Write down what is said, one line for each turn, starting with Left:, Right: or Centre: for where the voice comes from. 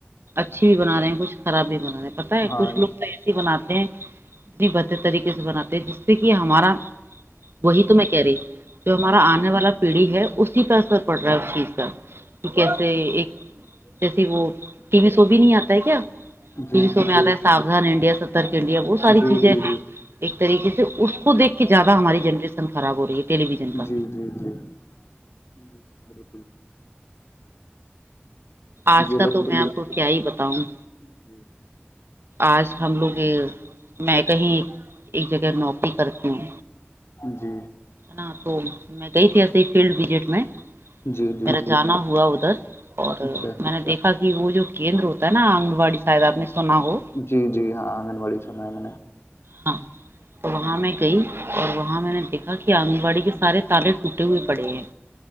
Right: اچھی بھی بنا رہے ہیں کچھ خراب بھی بنانا پتا ہے
Left: ہاں
Right: کچھ لوگ تو ایسے ہی بناتے ہیں نی بہتر طریقے سے بناتے ہیں جس سے کہ ہمارا وہی تو میں کہہ رہی جو ہمارا
Left: جی
Right: آنے والا پیڑھی ہے اسی پہ اثر پڑ رہا ہے اس چیز کا کہ کیسے ایک جیسی وہ ٹی وی سو بھی نہیں آتا ہے کیا
Left: جی
Right: تین سو
Left: جی
Right: میں آتا ہے ساؤدان انڈیا سترک انڈیا بت ساری
Left: جی
Right: چیزیں
Left: جی جی
Right: ہیں ایک طریق،،،،،،،،،، ے سے اس کو دیکھ کے زیادہ ہماری جنریشن خراب ہو رہی ہے ٹیلی ویژن کا
Left: جی جی جی جی بالکل
Right: آج
Left: یہ
Right: کا
Left: لوگ
Right: تو میں آپ کو کیا ہی بتاؤں
Left: جی
Right: آج ہم لوگ یہ میں کہیں ایک جگہ نوکری کرتی ہوں
Left: جی
Right: ہے نا تو میں گئی تھی ایسے ہی فیلڈ وزٹ میں
Left: جی جی
Right: میرا جانز، ا ہوا ادھر اور
Left: اچھا
Right: میں نے دیکھا وہ جو کیندر ہوتا ہے نا آن واڑی شاید آپ نے سنا ہو
Left: جی جی ہاں آنگن واڑی چ نہ ہے م
Right: ہاں تو وہاں میں گئی اور وہاں میں نے دیکھا کہ آنگن واڑی کے سارے تالے ٹوٹے ہوئے پڑے ہیں